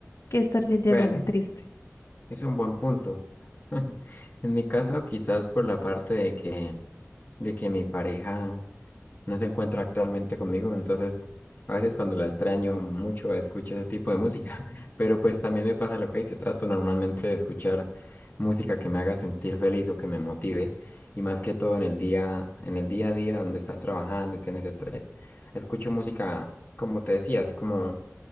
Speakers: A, on the left (about 65°); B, on the left (about 35°).
A: que estar sintiéndome
B: Bueno,
A: triste.
B: es un buen punto. <laughs> En mi caso, quizás por la parte de que, de que mi pareja no se encuentra actualmente conmigo, entonces a veces cuando la extraño mucho escucho ese tipo de música, <laughs> pero pues también me pasa lo que dice, trato normalmente de escuchar música que me haga sentir feliz o que me motive, y más que todo en el día, en el día a día donde estás trabajando y tienes estrés, escucho música, como te decía, así como